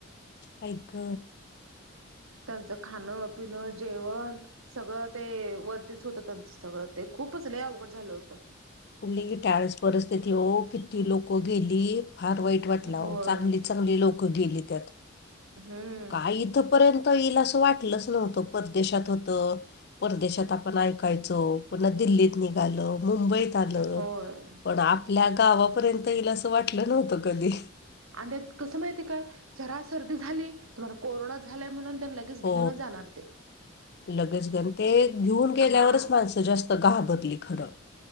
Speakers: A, on the left; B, on the right.
A: एक
B: त्यांचं खाणं पिणं जेवण सगळं ते वरतीच होतं त्यांचं सगळं ते खूपच ल अवघड झालं होतं
A: कुठली टळस परिस्थिती हो किती लोकं गेली फार वाईट वाटला
B: होय
A: चांगली चांगली लोकं गेली त्यात
B: हम्म
A: काय इथपर्यंत येईल असं वाटलंच नव्हतं परदेशात होतं परदेशात आपण ऐकायचो पुन्हा दिल्लीत निघाल मुंबईत ल
B: होय
A: पण आपल्या गावापर्यंत येईल असं वाटलं नव्हतं कधी
B: अंध्यात कसं माहितीय काय जरा सर्दी झाली तुम्हाला कोरोना झालाय म्हणून त्यांना लगेच घेऊनच
A: हो
B: जाणार ते
A: लगेच गण ते घेऊन गेल्यावरच
B: हा
A: माणसं जास्त सका बदली खरं